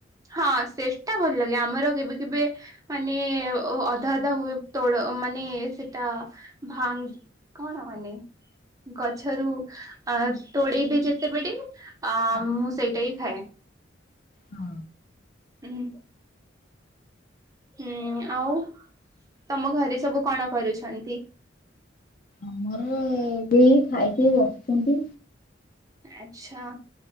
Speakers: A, on the right; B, on the left.
A: ହଁ ସେଟା ଭଲ ଲାଗେ ଆମର କେବେ କେବେ ମାନେ ଅଧା ଅଧା ହୁଏ ତୋଳ ମାନେ ସେଟା ଭାଙ୍ଗ- କଣ ମାନେ ଗଛରୁ ଅ ତୋଳେଇବେ ଯେତେବେଳେ ଅ
B: ହଁ
A: ମୁଁ ସେଇଟା ହି ଖାଏ
B: ହଁ
A: ହୁଁ ହୁଁ ଆଉ ତମ ଘରେ ସବୁ କଣ କରୁଛନ୍ତି?
B: ଆମର ଏବେ ଖାଇକି ବସିଛନ୍ତି
A: ଆଛା